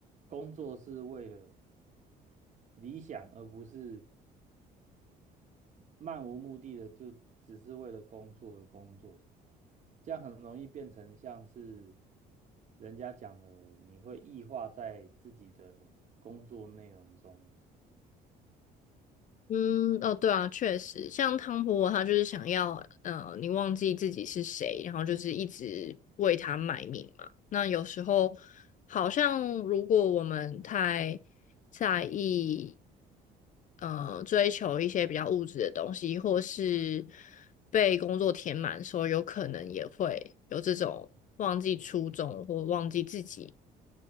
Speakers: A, on the right (about 45°); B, on the left (about 50°).
A: 工作是为了理想，而不是漫无目的的就只是为了工作而工作，这样很容易变成像是人家讲的，你会异化在自己的工作内容中，
B: 嗯，哦，对啊，确实，像汤婆婆她就是想要，呃，你忘记自己是谁，然后就是一直为他卖命嘛。那有时候好像如果我们太在意，呃，追求一些比较物质的东西，或是被工作填满的时候，有可能也会有这种忘记初衷或忘记自己，